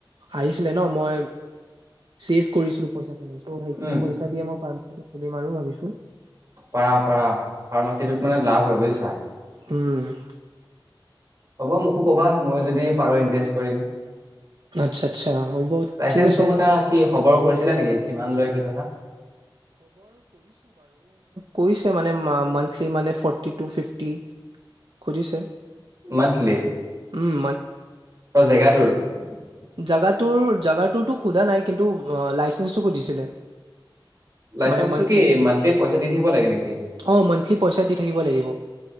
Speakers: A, on the right; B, on the right.
A: আহিছিলে ন মই ছেভ কৰিছিলো পইচা। চ' সেইখিনি
B: উম,
A: পইচাদিয়ে মই ফাৰ্মাচী। খুলিম আৰু ভাবিছো
B: পাৰা পাৰা ফাৰ্মাচীটোত মানে লাভ হয় বুজিছা
A: উম
B: হ'ব মোক মোকো ক'বা মই যদি পাৰো ইনভেষ্ট কৰিম
A: আচ্ছা আচ্ছা হ'ব
B: লাইচেনসটোৰ
A: ঠিক আছে
B: কথা কি খবৰ কৰিছিলে নেকি কিমান লয় কি কথা
A: কৰিছে মানে মান্থলি মানে ফৰ্টি টু ফিফটি খুজিছে
B: মান্থলি
A: উম
B: অ জেগাটোৰ <unintelligible>
A: জেগাটোৰ জেগাটোৰতো সোধা নাই কিন্তু লাইচেন্ঞ্চটো সুধিছিলে
B: লাইচেন্সটো
A: মানে মান্থলি
B: কি পইচা দি থাকিব লাগে নেকি?
A: অ মান্থলি পইচা দি থাকিব লাগিব